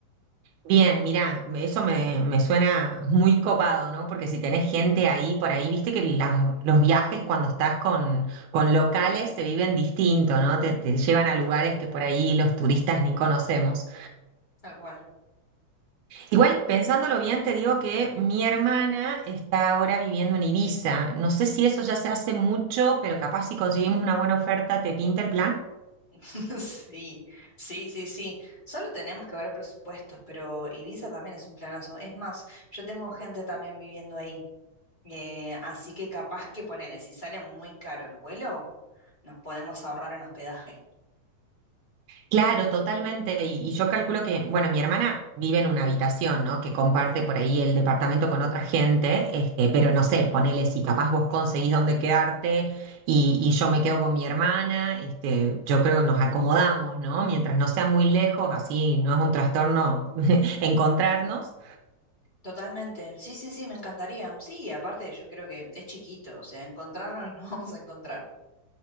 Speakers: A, on the right; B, on the left.
A: Bien, mira, eso me, me suena muy copado, ¿no? Porque si tenés gente ahí por ahí, viste que las- los viajes cuando estás con, con locales se viven distinto, ¿no? Te, te llevan a lugares que por ahí los turistas ni conocemos.
B: Tal cual.
A: Igual, pensándolo bien, te digo que mi hermana está ahora viviendo en Ibiza. No sé si eso ya se hace mucho, pero capaz si conseguimos una buena oferta, ¿te pinta el plan?
B: <laughs> Sí, sí, sí, sí. Solo tenemos que ver presupuestos, pero Ibiza también es un planazo. Es más, yo tengo gente también viviendo ahí. eh, así que capaz que ponele, si sale muy caro el vuelo, nos podemos ahorrar en hospedaje.
A: Claro, totalmente. Y, y yo calculo que, bueno, mi hermana vive en una habitación, ¿no? Que comparte por ahí el departamento con otra gente, este, pero no sé, ponele si capaz vos conseguís dónde quedarte y, y yo me quedo con mi hermana, este, yo creo que nos acomodamos, ¿no? Mientras no sea muy lejos, así no es un trastorno <laughs> encontrarnos.
B: Totalmente. Sí, sí, sí, me encantaría. Sí, aparte yo creo que es chiquito, o sea, encontrarnos <laughs> nos vamos a encontrar.